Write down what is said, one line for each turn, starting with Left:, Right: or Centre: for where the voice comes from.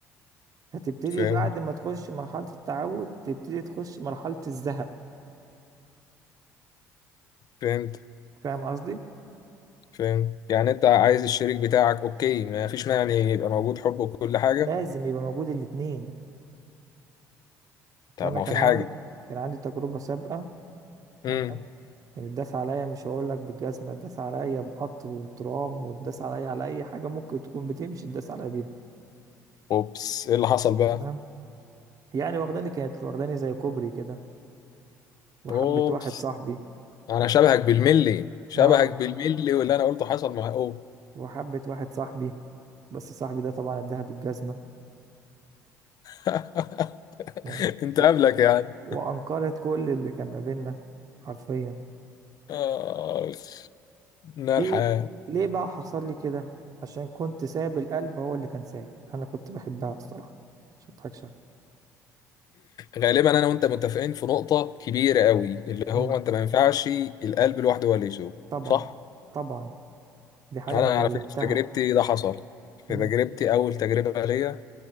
Right: فتبتدي
Left: فهمت
Right: بعد ما تخش مرحلة التعود تبتدي تخش مرحلة الزهق
Left: فهمت
Right: فاهم قصدي
Left: فهمت يعني انت عايز الشريك بتاعك اوكي ما فيش مانع ان يبقى موجود حب وكل حاجه
Right: لازم يبقى موجود الاتنين
Left: طب
Right: انا
Left: ما
Right: كان
Left: هو في
Right: عندي
Left: حاجه
Right: كان عندي تجربه سابقه
Left: امم
Right: تمام يعني اتداس عليا مش هقول لك بالجزمه اتداس عليا بقطر وترام واتداس عليا على اي حاجه ممكن تكون بتمشي اتداس عليا بيها
Left: اوبس ايه اللي حصل بقى
Right: تمام يعني واخداني كانت واخداني زي كوبري كده وحبه
Left: اوبس
Right: واحد صاحبي
Left: انا شبهك بالملي شبهك
Right: اه
Left: بالملي واللي انا قلته حصل مع اوه
Right: وحبه واحد صاحبي بس صاحبي ده طبعا اداها بالجزمه
Left: <laughs>
Right: تمام
Left: انت
Right: و...
Left: قبلك يعني
Right: وانكرت كل اللي كان ما بيننا حرفيا
Left: آه. نار
Right: ايه
Left: الحياه
Right: ليه بقى حصل لي كده عشان كنت سايب القلب هو اللي كان سايق انا كنت بحبها الصراحه مش مضحكش عليك
Left: غالبا انا وانت متفقين في نقطة كبيرة قوي اللي هو
Right: امم
Left: انت ما ينفعش القلب لوحده هو اللي يسوق
Right: طبعا
Left: صح؟
Right: طبعا دي حاجه
Left: انا
Right: انا
Left: على
Right: اتعلمتها
Left: تمام فكرة في تجربتي ده حصل في
Right: امم
Left: تجربتي اول تجربة ليا